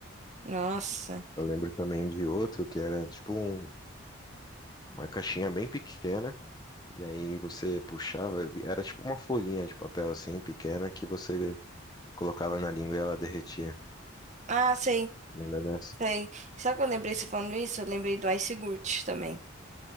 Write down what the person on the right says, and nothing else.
Nossa.
Ah, sei.
Tem. Sabe que eu lembrei você falando isso? Eu lembrei do iogurte também.